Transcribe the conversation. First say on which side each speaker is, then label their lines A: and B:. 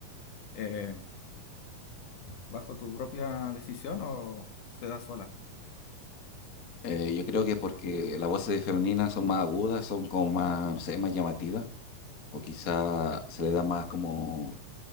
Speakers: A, on the left; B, on the left.
A: eh, bajo tu propia decisión o se da sola?
B: Eh, yo creo que es porque las voces femeninas son más agudas, son como más, no sé, más llamativas, o quizá se le da más como,